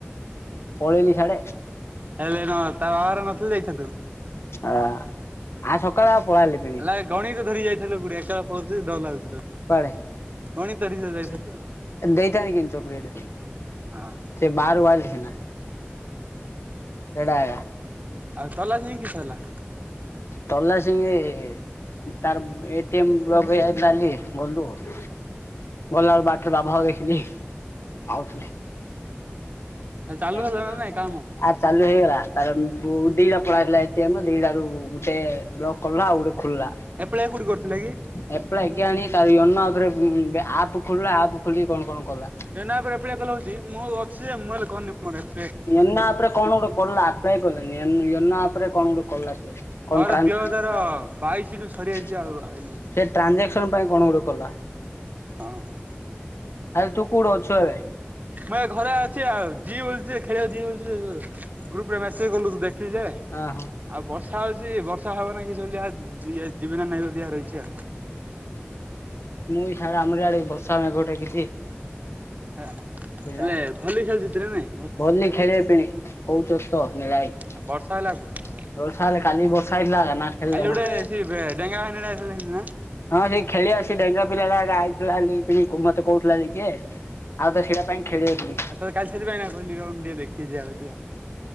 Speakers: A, on the left; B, on the right.
A: ପଳେଇଲି ସ୍ୟାଡେ।
B: ହେଲେ ନ ତା ବାହାଘର ନଥିଲେ ଯାଇଥାତୁ।
A: ଅ ଆଉ ସକାଳେ ଆଉ ପଳାଇଲି।
B: ନାଇ ଗଣିତ ଧରିକି ଯାଇଥାନ୍ତୁ ଗୁଡେ ଏକା ପଲେ ଡରଲାଗୁଚି ତତେ।
A: କୁଆଡେ ଦେଇଥାନ୍ତି
B: ଗଣିତ ଧରି ଯାଇଥାନ୍ତୁ
A: କିନ୍ତୁ ଚକଲେଟ୍।
B: ହଁ
A: ସେଇ ବାର ୱାଚ ସିନା। କେଟା ଆୟା
B: ଆଉ ତଲା ସିମି କିସ ହେଲା?
A: ତଲା ସିଙ୍ଗି ତାର ଏ ଟି ଏମ ବ୍ଲକ ହେଇଯାଇଥିଲା ବୋଲୁ ଗଲୁ। ଗଲାଏକୁ ବାଟରେ ବାଘ ଫାଘ ଦେଖିଲି ଆଉଥୁଲେ।
B: ଚାଲୁ
A: ତାର୍
B: ହେଲା ନା ନାଇଁ କାମ
A: ଚାଲୁ ହେଇଗଲା ତାର ବୋଉ ଦିଇଟା ପଳାହେଇଥିଲା ଏ ଟି ଏମରୁ ଦିଇଟାରୁ ଗୋଟେ ବ୍ଲକ୍ କଲା ଆଉ ଗୋଟେ ଖୋଲଲା।
B: ଏପ୍ଲାଏ କୋଉଠି କରିଥିଲା କି?
A: ଏ ଏଳା କିଆଣି ତା ରିଅନ୍ ନା ଆଉଥରେ ଉଁ ବେ ଆପ୍ ଖୋଲିଲା ଆପ ଖୋଲିକି କଣ କଣ କଲା।
B: ଏବେ ନା ପରେ ଆପଲାଇ କଲେ ହୋଉଚି ମୋ ଅଛି ଯେ ମୁଁ ହେଲେ କରନି ମୋର ଆପଲାଏ।
A: ୟନାପରେ କଣ ଗୋଟେ କିଲ ଆପ୍ଲାଏ କଲାନିନା ୟନା ଆପ <unintelligible> କଣ ଗୋଟେ କଲାସେ <unintelligible>
B: ମୋର ଦି ହଜାର ବାଇଶି ଠୁ ସରିଯାଇଛି ଆଉ
A: ସେ
B: ଆଇନି
A: ଟ୍ରାଞଜାକ୍ସନ ପାଇଁ କଣ ଗୁଡେ କଲା।
B: ହଁ, ହଁ।
A: ଆାଲେ ତୁ କୋଉଠୁ ଅଛୁ ଏବେ?
B: ମୁଁ ଏ ଘରେ ଅଛି ଆଉ, ଯିଏ ବ ଖେଳିବାକୁ ଯିଏ ବ ଗ୍ରୁପ୍ ରେ ମସେଜ କଲୁ ଠିକ ଯେ ଆଉ
A: ଅହଁ।
B: ବର୍ଷା ହଉଛି, ବର୍ଷା ହବ ନାାଇଁ କିଆ ଯିବ ନା ନାଇଁ <unintelligible> ରହିଛି
A: ମୁଁଇ <unintelligible> ଆମରି ଆଡେ ବର୍ଷା ଆେ ଗୋଟେ କିଛି
B: ହେଲା
A: ଥିଲା
B: ହେଲେ ଭଲି ଖେଳୁଛନ୍ତି ନା ନାଇଁ
A: ଭଲି ଖେଳିବା ପିଣି। କହୁଛ ତ ହିଳାଇ।
B: ଆଉ ବର୍ଷା
A: ବର୍ଷା
B: ହେଲା ଆଉ କୋଉଠି ଖେଳ
A: ହେଲେ କାଲି ବର୍ଷା ହେଇଥିଲା ନା ଖେଳିଲେ
B: କାଲି ଗୋଟେ
A: ନା
B: ସେ ଡେଙ୍ଗା ଭାଇ <unintelligible>
A: ହଁ ସେଇ ଖେଳି ଆସି ଡେଙ୍ଗା ପିଲାଟା ଆଇଥିଲା ପା ମତେ କହୁଥିଲା କିଏ। ଆଉ ତ ସେଇଟା ପାଇଁ ଖେଳି <unintelligible>
B: ଆଉ ତ କାଲି ସେଥିପାଇଁ କହିଲି ବୋଉ କୁ ଦେଖିକି ଯିବା ପାଇଁ ବୋଲି